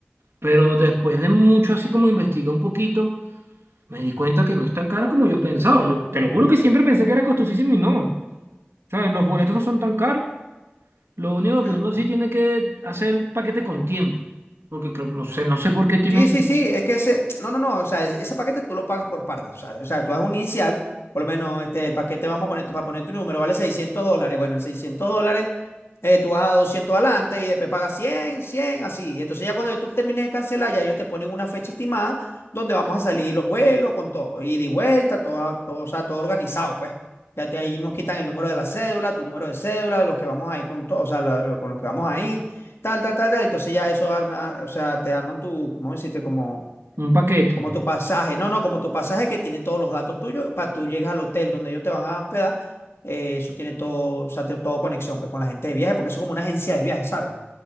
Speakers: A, on the right; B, on the left.
A: Pero después de mucho así como investigar un poquito, me di cuenta que no es tan cara como yo pensaba. Yo te lo juro que siempre pensé que era costosísimo y no. ¿Sabes? Los boletos no son tan caros. Lo único
B: Ujú.
A: que uno sí tiene que hacer paquete con tiempo. Porque creo, no sé, no sé por qué tienen
B: Sí, sí, sí, es que ese, no, no, no, o sea, ese ese paquete tú lo pagas por partes, o sea, o sea, tú haces un inicial, por lo menos este, el paquete vamos a poner, tú vas a poner tu número, vale 600 dólares, bueno, el seiscientos dólares. Eh, tú vas a 200 adelante y después pagas cien cien así. Y entonces ya cuando YouTube termine de cancelar, ya ellos te ponen una fecha estimada donde vamos a salir los vuelos con todo, ida y vuelta, todo, todo, o sea, todo organizado, pues. Ya te, ahí nos quitan el número de la cédula, tu número de cédula, los que vamos ahí con todo, o sea, la- lo- con los que vamos ahí, tal, tal, tal, tal. Entonces ya eso arma, o sea, te arman tu, ¿cómo decirte? Como
A: un paquete.
B: como tu pasaje, no, no, como tu pasaje que tiene todos los datos tuyos, para tú llegas al hotel donde ellos te van a hospedar, eh, eso tiene todo, o sea, te- todo conexión pues, con la gente de viaje, porque eso es como una agencia de viaje, ¿sabes?